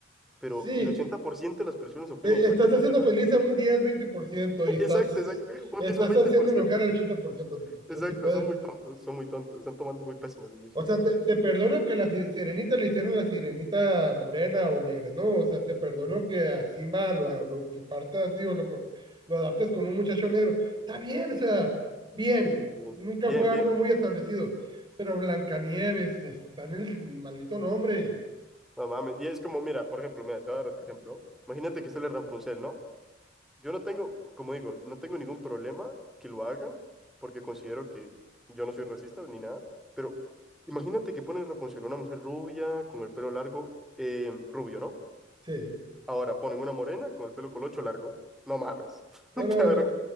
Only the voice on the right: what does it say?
Sí,
e-
estás haciendo
feliz
a un diez veinte por ciento y estás,
eh,
estás
haciendo enojar al
80%.
No se puede.
O sea, te, te perdono que la sirenita le hicieron la sirenita morena o negra, ¿no? O sea, te perdono que a Simba lo, lo compartas, digo, lo, co- lo adaptes con un muchacho negro. Está bien, o sea, bien.
Nunca
fue algo
muy establecido. Pero Blancanieves, está en el maldito nombre.
Sí.
No,
no,
no,